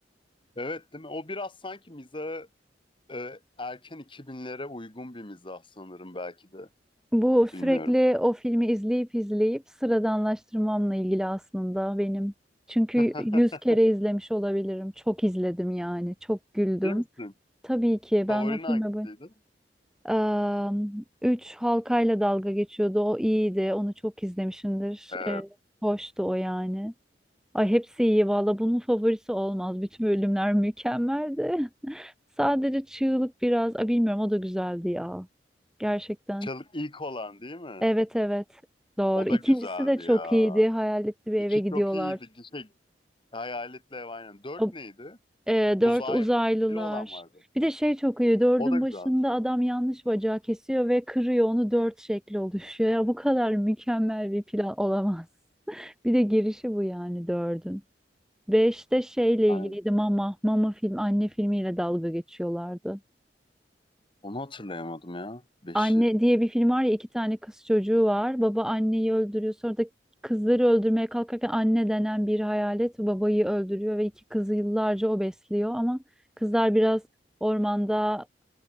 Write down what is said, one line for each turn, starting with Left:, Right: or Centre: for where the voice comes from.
Left: Evet değil mi? O biraz sanki mizahı e, erken 2000'lere uygun bir mizah sanırım belki de.
Centre: Bu sürekli
Left: Bilmiyorum.
Centre: o filmi izleyip izleyip sıradanlaştırmamla ilgili aslında benim. Çünkü
Left: <laughs>
Centre: yüz kere izlemiş olabilirim. Çok izledim yani. Çok güldüm.
Left: Değil misin?
Centre: Tabii ki
Left: Favorin
Centre: ben o filme
Left: hangisiydi?
Centre: bu... Eee, Üç halkayla dalga geçiyordu. O iyiydi. Onu çok izlemişimdir.
Left: Evet.
Centre: Eee, hoştu o yani. Ay hepsi iyi valla. Bunun favorisi olmaz. Bütün bölümler mükemmeldi. <laughs> Sadece çığlık biraz. Ay bilmiyorum o da güzeldi ya. Gerçekten.
Left: Çalık ilk olan değil mi?
Centre: Evet evet doğru.
Left: O da
Centre: İkincisi
Left: güzeldi
Centre: de çok
Left: ya.
Centre: iyiydi. Hayaletli bir
Left: İki
Centre: eve gidiyorlar.
Left: çok iyiydi. Şey, hayaletle ev aynen. Dört
Centre: O,
Left: neydi?
Centre: e, dört
Left: Uzaylı
Centre: uzaylılar.
Left: olan vardı.
Centre: Bir de şey çok iyi. Dördün
Left: O da
Centre: başında
Left: güzeldi.
Centre: adam yanlış bacağı kesiyor ve kırıyor. Onu dört şekli oluşuyor. Ya bu kadar mükemmel bir plan olamaz. <laughs> Bir de girişi bu yani dördün. Beşte şeyle
Left: Aynen.
Centre: ilgiliydi mama. Mama film anne filmiyle dalga geçiyorlardı.
Left: Onu hatırlayamadım ya. Beşi
Centre: Anne diye bir film var ya iki tane kız çocuğu var. Baba anneyi öldürüyor. Sonra da kızları öldürmeye kalkarken anne denen bir hayalet babayı öldürüyor ve iki kızı yıllarca o besliyor. Ama kızlar biraz ormanda